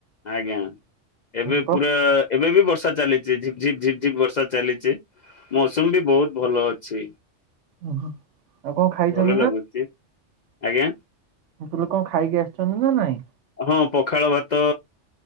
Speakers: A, on the left; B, on the right.
A: ଆଜ୍ଞା ଏବେ
B: କଣ
A: ପୁରା ଏବେ ବି ବର୍ଷା ଚାଲିଛି। ଝିପ୍ ଝିପ୍ ଝିପ୍ ଝିପ୍ ବର୍ଷା ଚାଲିଛି। ମୌସୁମ୍ ବି ବହୁତ ଭଲ ଅଛି।
B: ଓହୋ ଆଉ କଣ ଖାଇଛନ୍ତି
A: ଭଲ ଲାଗୁଛି
B: ନା
A: ଆଜ୍ଞା।
B: ଆପଣ କଣ ଖାଇକି ଆସିଛନ୍ତି ନା ନାଇଁ।
A: ହଁ ପଖାଳ ଭାତ